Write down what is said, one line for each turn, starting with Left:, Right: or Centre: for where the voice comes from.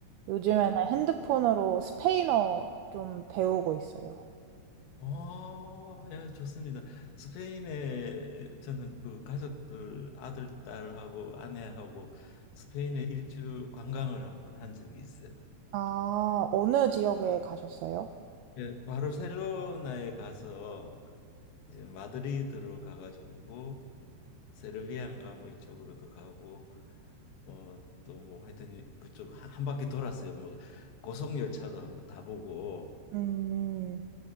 Right: 요즘에는
Left: 예.
Right: 핸드폰으로 스페인어 좀 배우고 있어요.
Left: 어, 예, 좋습니다. 스페인에 저는 그 가족들 아들, 딸하고 아내하고 스페인에 일주 관광을 한 번 한 적이 있어요.
Right: 아, 어느 지역에 가셨어요?
Left: 예, 바르셀로나에 가서 이제 마드리드로 가가지고 세르비안가 뭐 이쪽으로도 가고 어, 또 뭐 하여튼 그쪽 한, 한 바퀴 돌았어요. 뭐 고속열차도 한번 타보고
Right: 음,